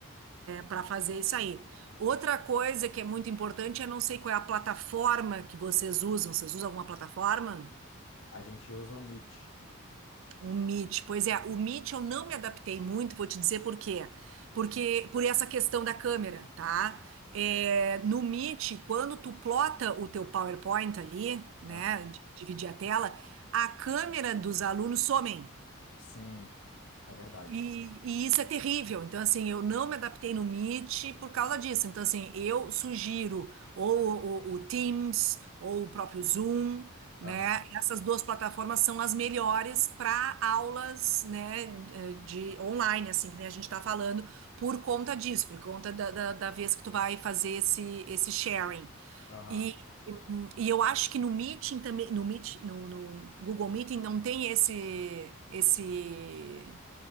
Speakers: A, on the right; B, on the left.
A: para fazer isso aí. Outra coisa que é muito importante, eu não sei qual é a plataforma que vocês usam. Vocês usam alguma plataforma?
B: A gente usa o Meet.
A: O Meet, pois é, o Meet eu não me adaptei muito, vou te dizer por quê. Porque por essa questão da câmera, tá? É, no Meet, quando tu plota o teu PowerPoint ali, né,
B: Aham,
A: de dividir a tela, a câmera dos alunos somem.
B: sim, é verdade.
A: E, e isso é terrível. Então, assim, eu não me adaptei no Meet por causa disso. Então, assim, eu sugiro ou o, o Teams ou o próprio Zoom, né?
B: Aham,
A: Essas duas plataformas são as melhores para aulas, né, eh, de online, assim, que nem a gente está falando, por conta disso, por conta da, da, da vez que tu vai fazer esse, esse sharing.
B: aham.
A: E, e eu acho que no Meeting também, no Meet, no, no Google Meeting não tem esse, esse